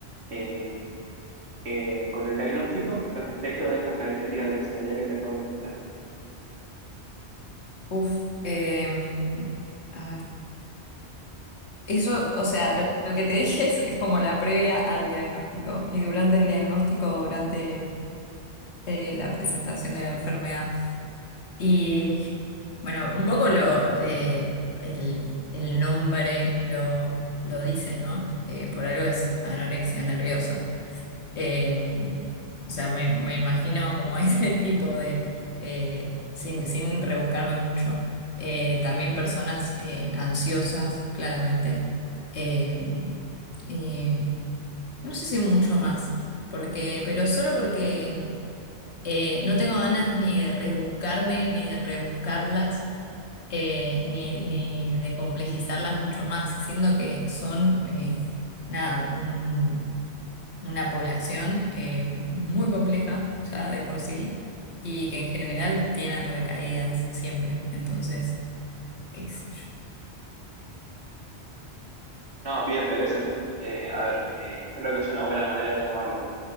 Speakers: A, on the right; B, on the left.
A: eh, eh, con el diagnóstico respecto de estas características de personalidad que te acabo de mencionar?
B: Uf, eh, a ver. Eso, o sea, lo, lo que te dije <laughs> es, es como la previa al diagnóstico y durante el diagnóstico, durante eh, la presentación de la enfermedad. Y bueno, un poco lo eh, el, el nombre lo, lo dice, ¿no? Eh, por algo es anorexia nerviosa. Eh, o sea, me, me imagino como <laughs> ese tipo de, eh, sin, sin rebuscarme mucho, Eh, también personas eh, ansiosas, claramente. Eh, y no sé si mucho más, porque, pero solo porque eh, no tengo ganas ni de rebuscarme, ni de rebuscarlas, eh, ni, ni de complejizarlas mucho más, siendo que son, eh, nada, un- una población eh, <laughs> muy compleja ya de por sí y que en general tienen recaídas siempre. Entonces, qué sé yo.
A: No, bien, pero es eso. Eh, a ver, eh, creo que es una buena manera de llamarlo, ¿no?